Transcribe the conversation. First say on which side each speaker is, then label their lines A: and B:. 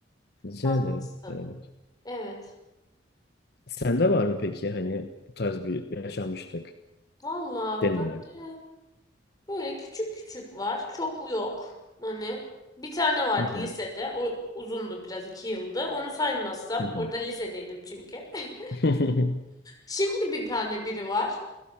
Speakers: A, on the left; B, on the left.
A: Rica
B: Haklısın.
A: ederim. Ne demek.
B: Evet.
A: Sende var mı peki hani bu tarz bir yaşanmışlık
B: Vallahi
A: deneyim?
B: ben de Böyle küçük küçük var. Çok yok. Hani bir tane vardı
A: Hı hı,
B: lisede. O uzundu biraz iki yıldı. Onu saymazsam.
A: hı hı.
B: Orada lisedeydim çünkü. <laughs>
A: <laughs>
B: Şimdi bir tane biri var.